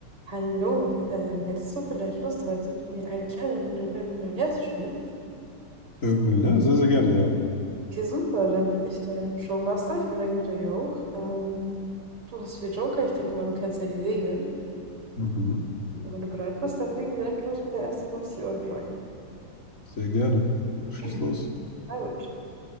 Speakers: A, on the right; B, on the left.
A: Hallo, ähm, hättest du vielleicht Lust, heute mit mir eine kleine Runde Wer wird Millionär zu spielen?
B: Äh, ja, sehr, sehr gerne, ja.
A: Okay, super, dann bin ich dein Showmaster. Ich bin dein Gitter ja auch. Ähm, du hast vier Joker, ich denke mal, du kennst ja die Regeln.
B: Mhm.
A: Und wenn du bereit bist, dann legen wir direkt los mit der ersten 50-Euro-Frage.
B: Sehr gerne. Schieß
A: <clears throat>
B: los.
A: Na gut.